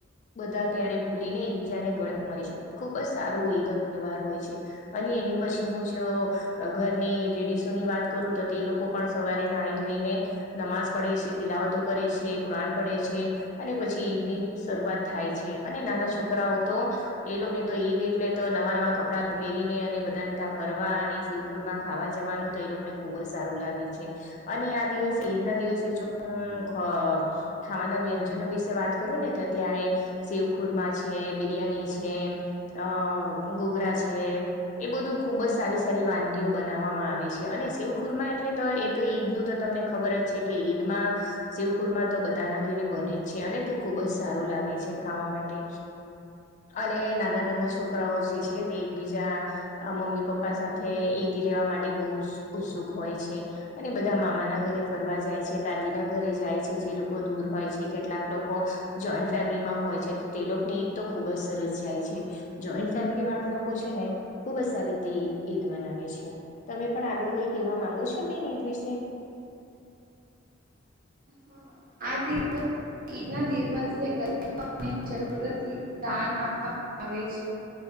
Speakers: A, on the left; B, on the right.
A: બધા ત્યારે ભૂલી ને બીજાને ગણ મે છે. ખુબ જ સારું ઈનો તહેવાર હોય છે. અને એની પછી હું જો અ ઘરની લેડીસોની વાત કરું તો તે લોકો પણ સવારે નાઈ ધોઈને નમાજ પડે છે, તિલાવતો કરે છે. કુરાન પડે છે. અને પછી ઈદની શરૂઆત થાય છે. અને નાના છોકરાઓ તો એ લોકો તો ઈદ એટલે તો નવા નવા કપડાં પહેરીને અને બધાને તા ફરવા અને શિવ ખુરમાં ખાવા જવાનું તો એ લોકોને ખુબ જ સારું લાગે છે. અને આ દિવસે ઈદ ના દિવસે જો હમ ખાવાના વ્યંજનો વિશે વાત કરું ને તો ત્યારે શીવખુરમા છે, બિરિયાની છે, અ ગોગરા છે. એ બધું ખુબ જ સારી સારી વાનગીઓ બનાવવામાં આવે છે. અને શિવખુરમાં એટલે તો એ તો ઈદનું તો તમને ખબર જ છે કે ઈદમાં શિવખુરમાં તો બધાના ઘેરે બને જ છે. અને તે ખુબ જ સારું લાગે છે ખાવા માટે. અને નાના નાના છોકરાઓ જે છે તે એકબીજા અ મમ્મી પપ્પા સાથે ઈદ લેવા માટે બહુ ઉત્સુક હોય છે. અને બધા મામાના ઘરે ફરવા જાય છે, દાદી ના ઘરે જાય છે જે લોક કો દૂર હોય છે. કેટલાક લોકો જોઈન્ટ ફેમિલીમાં હોય છે તો તે લોકોની ઈદ તો ખુબ જ સરસ જાય છે. જોઈન્ટ ફેમિલીવાળા લોકો છે ને ખુબ જ સારી રીતે ઇદ ઈદ મનાવે છે. તમે પણ આગળ કઈ કેવા માંગો છો બેન ઈદ વિશે?
B: હહ આ દિવસ ઇદના દિવસ <inaudible> ને જરૂરત દાન આપવામાં આવે છે.